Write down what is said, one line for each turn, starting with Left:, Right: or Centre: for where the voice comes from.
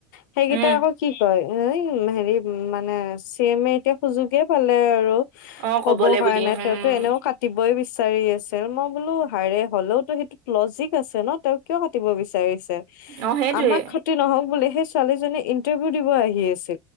Left: সেইকেইটাই
Right: উম
Left: আকৌ কি কয় এ হেৰি মানে চি এম এ এতিয়া সুযোগে পালে আৰু
Right: অঁ
Left: ক'ব
Right: ক'বলে
Left: কাৰণে
Right: বুলি উম
Left: তেওঁতো এনেও কাটিবই বিচা বিচাৰি আছে মই বোলো হাৰে হলেওতো সেইটোত লজিক আছে ন তেওঁ কিয় কাটিব বিচাৰিছে
Right: অঁ সেইটোৱে
Left: আমাৰ ক্ষতি নহ'ক বুলি সেই ছোৱালীজনী ইন্টাৰভিউ দিব আহি আছে।